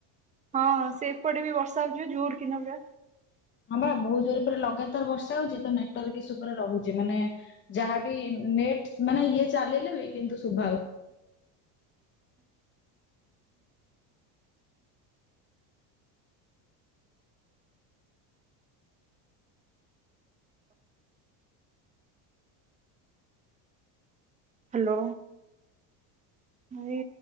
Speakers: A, on the right; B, on the left.
A: ହଁ ସେପଟେ ବି ବର୍ଷା ହଉଛିିବା ଜୋର କି ନା ପୁରା।
B: ହଁ ବା ବହୁତ ଜୋରପୁରା ଲଗାତାର ବର୍ଷା ହଉଛି ତ ନେଟୱ୍ବର୍କ ଇସୁ ଉପରେ ରହୁଛି ମାନେ ଯାହାବି ନେଟ ମାନେ ଇଏ ଚାଲିଲେ ବି କିନ୍ତୁ ଶୁଦ୍ଭା ହଉନି।
A: ହ୍ୟାଲୋ ଭି